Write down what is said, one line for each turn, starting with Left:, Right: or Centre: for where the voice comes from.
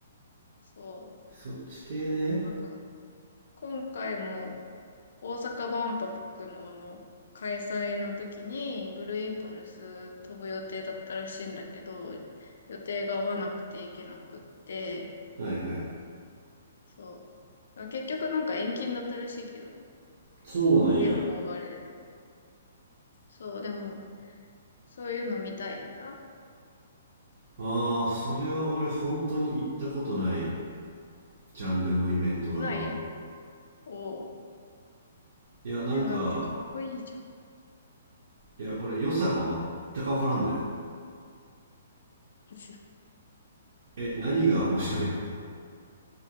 Left: そ
Right: そっち系ね。
Left: う、なんか今回も大阪万博のあの開催の時にブルーインパルス飛ぶ予定だったらしいんだけど、予定が合わなくて行けなくって、
Right: はいはい。
Left: そう。結局なんか延期になったらしいけどね、
Right: そうなんや。
Left: 天候があれで。そう、でもそういうの見たいんだ。
Right: ああ、それは俺本当に行ったことないジャンルのイベントだな。
Left: ないおう。
Right: いや、なんか、
Left: いや、だってかっこいいじゃ
Right: いや、俺良さが全くわからんのよ。
Left: ん。<laughs>
Right: え、何が面白いの